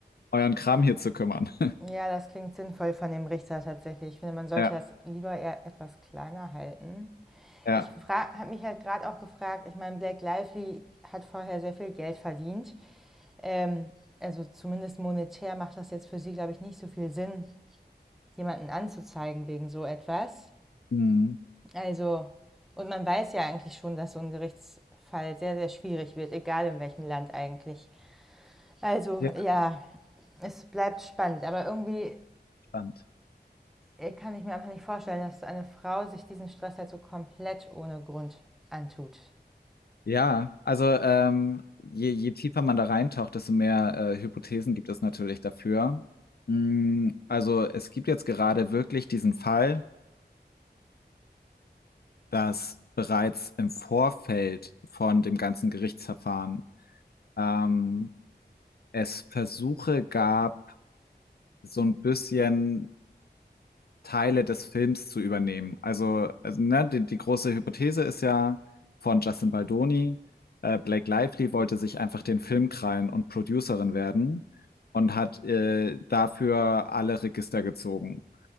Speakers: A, on the left; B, in the centre.
A: euren Kram hier zu kümmern. <laughs>
B: Ja, das klingt sinnvoll von dem Richter tatsächlich. Ich finde, man sollte
A: Ja,
B: das lieber eher etwas kleiner halten.
A: ja.
B: Ich habe mich halt gerade auch gefragt, ich meine, Black Lively hat vorher sehr viel Geld verdient Ähm, also zumindest monetär macht das jetzt für sie, glaube ich, nicht so viel Sinn, jemanden anzuzeigen wegen so etwas.
A: Mhm.
B: Also, und man weiß ja eigentlich schon, dass so ein Gerichtsfall sehr, sehr schwierig wird, egal in welchem Land eigentlich. Also,
A: Ja,
B: ja, es bleibt spannend, aber irgendwie
A: spannend.
B: äh, kann ich mir einfach nicht vorstellen, dass eine Frau sich diesen Stress halt so komplett ohne Grund antut.
A: Ja, also ähm, je, je tiefer man da reintaucht, desto mehr äh, Hypothesen gibt es natürlich dafür. Mm, Also es gibt jetzt gerade wirklich diesen Fall, dass bereits im Vorfeld von dem ganzen Gerichtsverfahren ähm, es Versuche gab, so ein bisschen Teile des Films zu übernehmen. Also, also ne, die, die große Hypothese ist ja von Justin Baldoni, äh, Blake Lively wollte sich einfach den Film krallen und Producerin werden und hat äh, dafür alle Register gezogen.